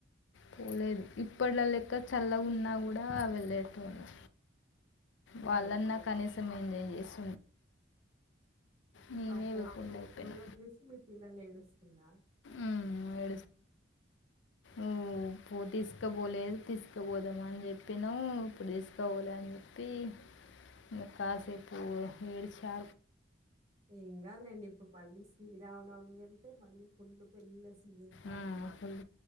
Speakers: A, on the left; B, on the right.
A: పోలేదు ఇప్పట్లో లెక్క చల్లగాన్నా కూడా వెళ్లేేటోళ్ళం వాళ్ళన్నా
B: అయ్యో!
A: కనీసం
B: పాపం.
A: ఎంజాయ్ చేస్త ననే
B: ఆ ఫోటోలు,
A: వకుండా అయిపోయినా
B: వీడియోలు జూసి మీ పిల్లలు ఏడుస్తున్నా?
A: ఉమ్ ఏ మ్ పో
B: ఏ
A: తీస్కబోలేదు. తీస్కబోదామని అని చెప్పినవ్, ఇప్పుడు తీస్కబోల అని చెప్పి ఇంగ కాసేపు ఏడిచా
B: ఏం కాదులేండి. ఇప్పుడు మళ్ళీ శ్రీరామనవమి వెళ్తే మళ్ళీ ఫుల్ పెళ్లిల్ల సీజన్. స్టార్ట్
A: మ్మ్.
B: అయితది.
A: ఫుల్